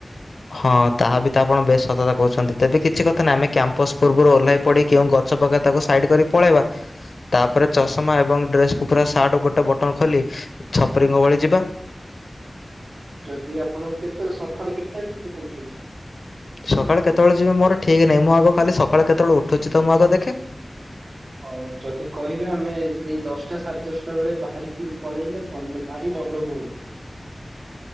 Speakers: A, on the left; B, on the right.
A: ହଁ ତାହା ବି ତ ଆପଣ ବେଶ ସତତା କହୁଛନ୍ତି ତେବେ କିଛି କଥା ନାହିଁ ଆମେ କମ୍ପାସ ପୂର୍ବରୁ ଓହ୍ଲାଇ ପଡି କେଉଁ ଗଛ ପକା ତାକୁ ସାଇଡ୍ କରି ପଳେଇବା। ତାପରେ ଚଷମା ଏବଂ ଡ୍ରେସ୍କ କୁ ପୁରା ସାର୍ଟ ଗୋଟେ ବଟନ ଖୋଲି ଛପରିଙ୍କ ଭଳି ଯିବା।
B: ଯଦି ଆପଣ କେତେଳେ ସକାଳୁ କେତେ ତାରିଖ <unintelligible>
A: ସକାଳେ କେତେବେଳେ ଯିବି ମୋର ଠିକ୍ ନାହିଁ ମୁଁ ଆଗ କାଲି ସକାଳେ କେତେବେଳେ ଉଠୁଛି ତ ମୁଁ ଆଗ ଦେଖେ।
B: ହଁ ଯଦି କହିବେ ଆମେ ସେଇ ଦଶଟା ସାଢ଼େ ଦଶଟା ବେଳେ ବାହାରିକି ପଳେଇଲେ ଭଲ ବାହାରି ଭଲ ହୁଅନ୍ତା।